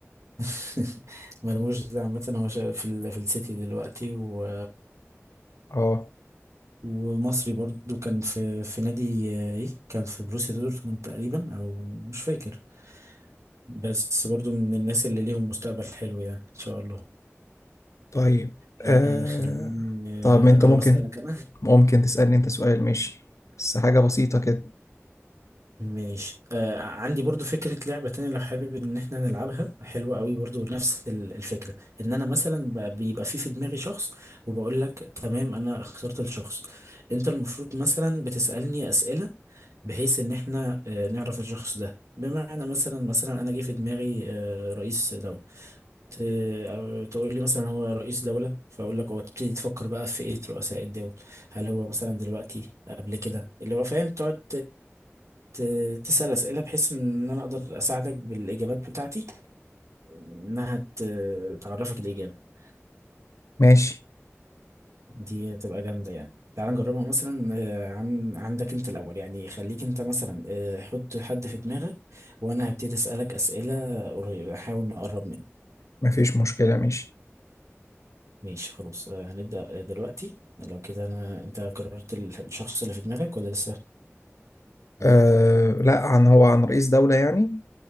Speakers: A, on the right (about 75°); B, on the left (about 85°).
A: <laughs> مرموش ده عامة هو شا- في ال... في السيتي دلوقتي و...
B: اه
A: ومصري برضو كان في في نادي آه، إيه كان في بروسيا دورتموند تقريبا أو مش فاكر بس برضو من الناس اللي ليهم مستقبل حلو يعني إن شاء الله
B: طيب
A: آه
B: آه...
A: خليني آه،
B: طب ما انت
A: أجرب
B: ممكن
A: أسألك أنا
B: ممكن تسالني انت سؤال ماشي بس حاجه بسيطه كده
A: ماشي آه عندي برضو فكرة لعبة تانية لو حابب ان احنا نلعبها حلوة قوي برضو نفس ال- الفكرة ان انا مثلا ب- بيبقى في في دماغي شخص وبقول لك تمام انا اخترت الشخص انت المفروض مثلا بتسألني اسئلة بحيث ان احنا آه نعرف الشخص ده بمعنى مثلا مثلا انا جه في دماغي آه رئيس دولة ت- أو تقول لي مثلا هو رئيس دولة فاقول لك هو تبتدي تفكر بقى في ايه رؤساء الدول هل هو مثلا دلوقتي قبل كده اللي هو فاهم تقعد ت- تسأل أسئلة بحيث إن أنا أقدر أساعدك بالإجابات بتاعتي إنها ت- تعرفك الإجابة
B: ماشي
A: دي هتبقى جامدة يعني تعال نجربها مثلا آه، عن عندك أنت الأول يعني خليك أنت مثلا آه، حط حد في دماغك وأنا هبتدي أسألك أسئلة قري- أحاول نقرب منه
B: مفيش مشكله ماشي
A: ماشي خلاص آه، هنبدأ آه، دلوقتي لو كده أنا أنت قررت ال- الشخص اللي في دماغك ولا لسه؟ آه،
B: آه... لا عن هو عن رئيس دوله يعني